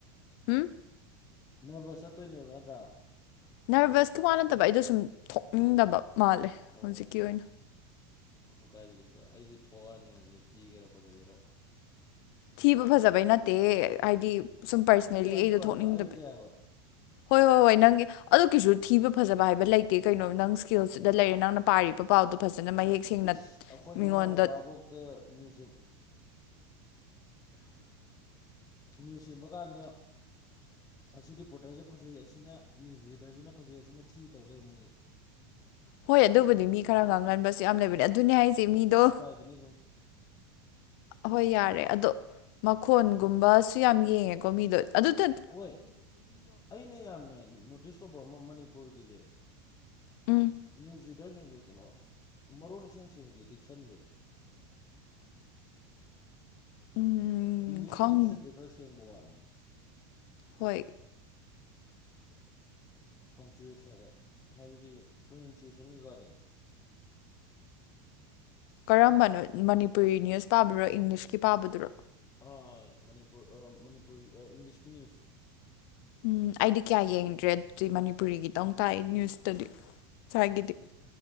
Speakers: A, on the left (about 60°); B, on the left (about 25°).
A: ꯎꯝ
B: ꯅꯔꯚꯁ ꯆꯠꯇꯣꯏꯅꯦꯕ ꯅꯠꯇ꯭ꯔꯥ
A: ꯅꯔꯚꯁꯀꯤ ꯋꯥ ꯅꯠꯇꯕ ꯑꯩꯗꯣ ꯁꯨꯝ ꯊꯣꯛꯅꯤꯡꯗꯕ ꯃꯥꯜꯂꯦ
B: ꯑꯣ
A: ꯍꯧꯖꯤꯛꯀꯤ ꯑꯣꯏꯅ
B: ꯀꯩꯁꯨ ꯀꯥꯏꯗꯦ ꯀꯩꯁꯨ ꯀꯥꯏ ꯑꯩꯗꯤ ꯊꯣꯛꯑꯅꯤ ꯍꯧꯖꯤꯛ ꯊꯤꯒꯦꯔꯥ ꯐꯖꯒꯦꯔꯥ
A: ꯊꯤꯕ ꯐꯖꯕꯩ ꯅꯠꯇꯦꯍꯦ ꯍꯥꯏꯗꯤ ꯁꯨꯝ ꯄꯔꯁꯅꯦꯜꯂꯤ
B: ꯅꯠꯇꯦ ꯑꯗꯨꯏ
A: ꯑꯩꯗꯣ
B: ꯋꯥꯅꯤꯗꯣ
A: ꯊꯣꯛꯅꯤꯡꯗꯕ
B: ꯑꯩꯒꯤ ꯍꯥꯏꯕ
A: ꯍꯣꯏ ꯍꯣꯏ ꯍꯣꯏ ꯅꯪꯒꯤ ꯑꯗꯨ ꯀꯩꯁꯨ ꯊꯤꯕ ꯐꯖꯕ ꯍꯥꯏꯕ ꯂꯩꯇꯦ ꯀꯩꯅꯣ ꯅꯪ ꯁ꯭ꯀꯤꯜꯁꯤꯗ ꯂꯩꯔꯦ ꯅꯪꯅ ꯄꯥꯔꯤꯕ ꯄꯥꯎꯗꯣ ꯐꯖꯅ ꯃꯌꯦꯛ ꯁꯦꯡꯅ
B: ꯏꯁ ꯑꯩꯈꯣꯏ
A: ꯃꯤꯉꯣꯟꯗ
B: ꯏꯃꯥ ꯕꯕꯥꯕꯣꯛꯇ ꯅ꯭ꯌꯨꯁ ꯅ꯭ꯌꯨꯁ ꯌꯦꯡꯕ ꯀꯥꯟꯗ ꯑꯁꯤ ꯔꯤꯄꯣꯔꯇꯔꯖꯦ ꯐꯖꯩ ꯑꯁꯤꯅ ꯅ꯭ꯌꯨꯁ ꯔꯤꯗꯔꯖꯤꯅ ꯐꯖꯩ ꯑꯁꯤꯅ ꯊꯤ ꯇꯧ ꯂꯩ ꯃꯣꯏꯅꯤ
A: ꯍꯣꯏ ꯑꯗꯨꯕꯨꯗꯤ ꯃꯤ ꯈꯔ ꯉꯥꯡꯒꯟꯕꯁꯨ ꯌꯥꯝ ꯂꯩꯕꯅꯦ ꯑꯗꯨꯅꯦ ꯍꯥꯏꯁꯦ ꯃꯤꯗꯣ
B: ꯑꯗꯨ ꯁꯨꯨꯝ
A: ꯑꯍꯣꯏ ꯌꯥꯔꯦ ꯑꯗꯣ ꯃꯈꯣꯟꯒꯨꯝꯕꯁꯨ ꯌꯥꯝ ꯌꯦꯡꯉꯦꯀꯣ ꯃꯤꯗꯣ ꯑꯗꯨꯇ
B: ꯍꯣꯏ ꯑꯩꯅ ꯌꯥꯝꯅ ꯅꯣꯇꯤꯁ ꯇꯧꯕ ꯑꯃ ꯃꯅꯤꯄꯨꯔꯒꯤꯖꯦ
A: ꯎꯝ
B: ꯅ꯭ꯌꯨꯁ ꯔꯤꯗꯔꯖꯤꯡꯖꯦ ꯀꯩꯅꯣ ꯃꯔꯣꯟ ꯏꯁꯦꯡ ꯁꯦꯡꯗꯦ ꯗꯤꯛꯁꯟꯖꯦ
A: ꯎꯝ
B: ꯏꯪꯂꯤꯁꯀꯤ
A: ꯈꯪ
B: ꯗꯤꯛꯁꯟꯖꯦ ꯈꯔ ꯁꯦꯡꯕ ꯋꯥꯠꯂꯦ
A: ꯍꯣꯏ
B: ꯄꯪꯆꯨꯌꯦꯁꯟ ꯍꯥꯏꯕꯗꯤ ꯄ꯭ꯔꯅꯟꯁꯤꯌꯦꯁꯟ ꯀꯩꯀꯥꯗꯣ
A: ꯀꯔꯝꯕꯅꯣ ꯃꯅꯤꯄꯨꯔꯤ ꯅ꯭ꯌꯨꯁ ꯄꯥꯕꯔꯣ ꯏꯪꯂꯤꯁꯀꯤ ꯄꯥꯕꯗꯨꯔꯣ?
B: ꯑꯥ ꯃꯅꯤꯄꯨꯔ ꯑ ꯃꯅꯤꯄꯨꯔꯤ ꯑ ꯏꯪꯂꯤꯁꯀꯤ ꯅ꯭ꯌꯨꯁ
A: ꯎꯝ ꯑꯩꯗꯤ ꯀꯌꯥ ꯌꯦꯡꯗ꯭ꯔꯦ ꯑꯗꯨꯗꯤ ꯃꯅꯤꯄꯨꯔꯤꯒꯤꯇꯪ ꯇꯥꯏ ꯅ꯭ꯌꯨꯁꯇꯗꯤ ꯁ꯭ꯋꯥꯏꯒꯤꯗꯤ
B: ꯎꯝ